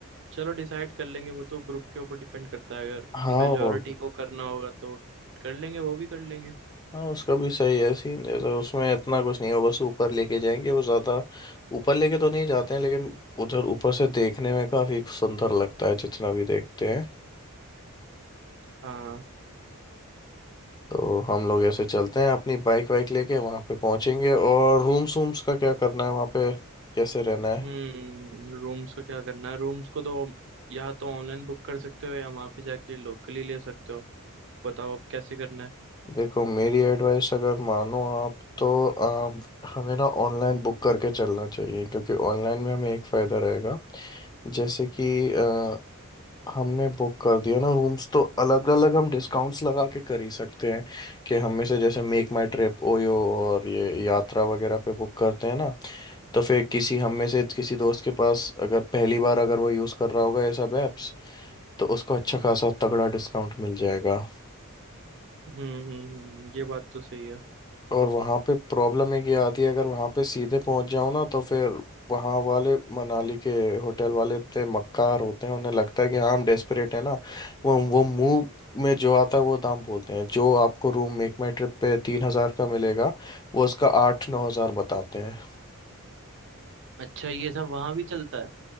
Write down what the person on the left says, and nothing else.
हाँ
वो
हाँ उसका भी सही है सीन जैसे उसमें इतना कुछ नहीं है वो बस ऊपर लेके जाएंगे वो ज़्यादा ऊपर लेके तो नहीं जाते हैं लेकिन उधर ऊपर से देखने में काफ़ी सुंदर लगता है जितना भी देखते हैं
तो हम लोग ऐसे चलते हैं अपनी बाइक वाइक लेके वहाँ पे पहुँचेंगे और रूम्स वूम्स का क्या करना है वहाँ पे कैसे रहना है
देखो मेरी एडवाइस अगर मानो आप तो आप हमें ना ऑनलाइन बुक करके चलना चाहिए क्योंकि ऑनलाइन में हमें एक फ़ायदा रहेगा जैसे कि अ, हमने बुक कर दिया ना रूम्स तो अलग अलग हम डिस्काउंट्स लगा के कर ही सकते हैं कि हम में से जैसे मेक माई ट्रिप ओयो और ये यात्रा वगैरह पे बुक करते हैं ना तो फिर किसी हम में से किसी दोस्त के पास अगर पहली बार अगर वो यूज़ कर रहा होगा ये सब ऐप्स तो उसको अच्छा खासा तगड़ा डिस्काउंट मिल जाएगा
और वहाँ पे प्रॉब्लम एक ये आती है अगर वहाँ पे सीधे पहुँच जाओ ना तो फिर वहाँ वाले मनाली के होटल वाले इतने मक्कार होते हैं उन्हें लगता है कि हाँ हम डेस्परेट हैं ना वो वो मुंह में जो आता है वो दाम बोलते हैं जो आपको रूम मेक माई ट्रिप पे तीन हज़ार का मिलेगा वो उसका आठ नौ हज़ार बताते हैं